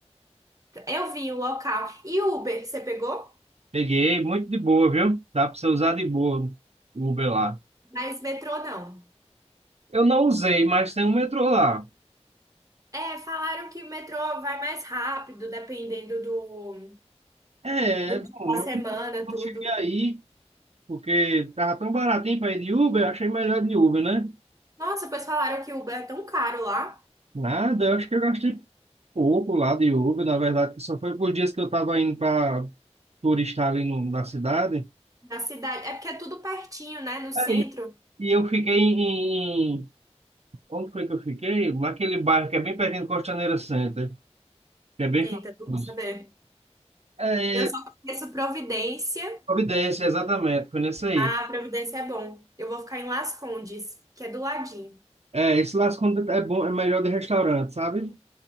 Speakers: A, on the right; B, on the right.
A: Eu vi o local. E Uber, você pegou?
B: Peguei, muito de boa, viu? Dá pra você usar de boa o Uber lá.
A: Mas metrô não.
B: Eu não usei, mas tem um metrô lá.
A: É, falaram que o metrô vai mais rápido, dependendo do,
B: É,
A: do
B: não,
A: dia da semana,
B: eu não
A: tudo.
B: cheguei aí, porque tava tão baratinho pra ir de Uber, eu achei melhor de Uber, né?
A: Nossa, depois falaram que o Uber é tão caro lá
B: Nada, eu acho que eu gastei Uber lá de Uber, na verdade, que só foi por dias que eu estava indo para turistar ali no- na cidade.
A: na cidade. É porque é tudo pertinho, né? No centro.
B: Aí, e eu fiquei em, em- Onde foi que eu fiquei? Naquele bairro que é bem pertinho do Costaneira Center, que é bem
A: Eita,
B: famoso.
A: tu vou saber.
B: É,
A: Eu
B: é,
A: só conheço Providência.
B: Providência, exatamente, foi nesse aí.
A: Ah, Providência é bom. Eu vou ficar em Las Condes, que é do ladinho.
B: É, esse lá quando é bom, é melhor de restaurante, sabe?